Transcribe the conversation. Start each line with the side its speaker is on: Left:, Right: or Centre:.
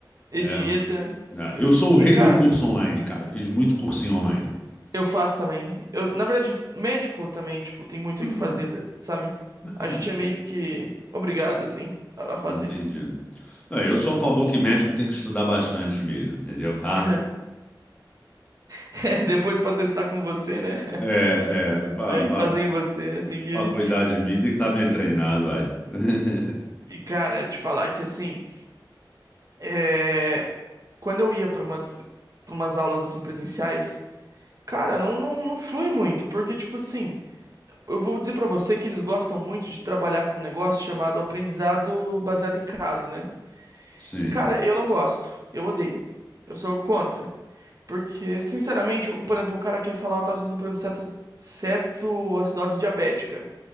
Right: Edita.
Left: É. Ah, eu sou
Right: E,
Left: o rei
Right: cara,
Left: do curso online, cara. Fiz muito cursinho online.
Right: eu faço também. Eu, na verdade, médico também, tipo, tem muito
Left: <coughs>
Right: o que fazer, tá- sabe? A gente é meio
Left: <clears throat>
Right: que obrigado, assim, a a fazer.
Left: Entendi. Não, eu sou a favor que médico tem que estudar bastante mesmo, entendeu? <laughs>
Right: <laughs> É, depois pra testar com você, né?
Left: É, é, pra,
Right: Aí
Left: pra,
Right: fazer em você, tem que.
Left: pra cuidar de mim tem que estar bem treinado, vai. <laughs>
Right: E, cara, te falar que assim. é, quando eu ia pra umas, pra umas aulas assim presenciais, cara, não, não, não flui muito, porque, tipo assim, eu vou dizer pra você que eles gostam muito de trabalhar com um negócio chamado aprendizado baseado em caso, né?
Left: Sim.
Right: E, cara, eu não gosto, eu odeio, eu sou contra, porque, sinceramente, o- por exemplo, o cara quer falar, eu tava estudando, por exemplo, ceto, cetoacidose diabética.